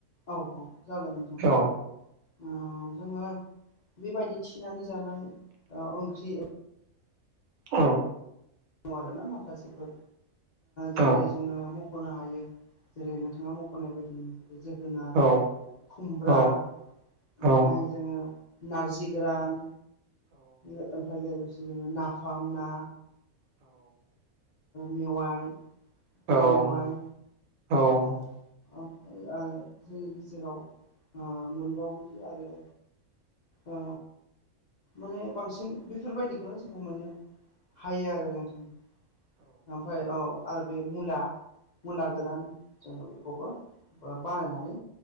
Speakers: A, on the left; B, on the right.
A: औ औ जागोन नोंथां।
B: औ
A: उम जोङो बे बायदि थिनानै जानाय ओ ओंख्रि दङ
B: औ।
A: दङ आरोना माखासेफोर। जेरै-
B: औ
A: जोङो मख'नो हायो जेरै नोंथाङा मख'नाय बायदिनो जोगोनार,
B: औ
A: खुमब्रा
B: औ
A: ओमफ्राय
B: औ
A: जोङो नारजि गोरान, लोगोसे जोङो नाफाम ना, मेवाइ,
B: औ
A: औवा मेवाइ
B: औ।
A: ओमफ्राय ओ जोंनि गेजेराव ओ मोनबावदि आरो ओ माने बांसिन बेफोरबायदिखौनो जोङो मोननो हायो आरो नोंथां। ओमफ्राय औ आरो बे मुला-मुला गोरान जोङो बेखौबो ओ बानायनानै